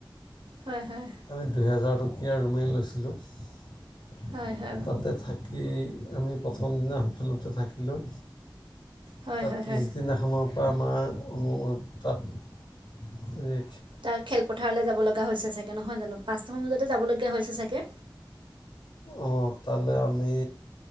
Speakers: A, on the right; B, on the left.
A: হয় -হয়।
B: আমি দুহেজাৰ টকীয়া ৰুমেই লৈছিলোঁ
A: হয় হয়
B: তাতে থা কি আমি প্ৰথম দিনা হোটেলতে থাকিলোঁ।
A: হয়
B: তাত
A: হয়
B: পিছদিনাখনৰ
A: হয়
B: পৰা আমাৰ অ, তাত এ
A: তাৰ খেলপথাৰলৈ যাব লগা হৈছে চাগে নহয় জানো পাঁচটামান বজাতে যাবলগীয়া হৈছে চাগে?
B: অ, তালে আমি